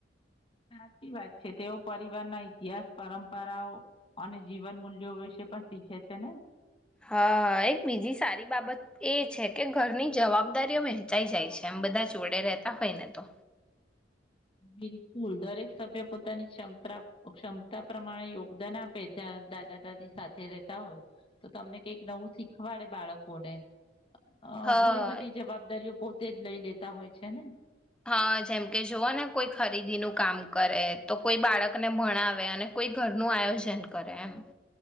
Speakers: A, on the left (about 30°); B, in the centre.
A: સાચી વાત છે તેઓ પરિવારના ઇતિહાસ પરંપરાઓ અને જીવન મૂલ્યો વિશે પણ શીખે છે ને
B: હા એક બીજી સારી બાબત એ છે કે ઘરની જવાબદારીઓ વહેંચાઈ જાય છે એમ બધા જોડે રહેતા હોયને તો
A: બિલકુલ દરેક સભ્ય પોતાની ક્ષમતા ક્ષમતા પ્રમાણે યોગદાન આપે ત્યાં દાદા દાદી સાથે રહેેતા હોય તો તમને કઈક નવું શીખવાડે બાળકોને અ
B: હા
A: ઘણી બધી જવાબદારીઓ પો તે જ લઈ લેતા હોય છે ને
B: હા જેમ કે જોવ ને કોઈ ખરીદીનુંું કામ કરે તો કોઈ બાળકને ભણાવે અને કોઈ ઘરનું આયોજન કરે એમ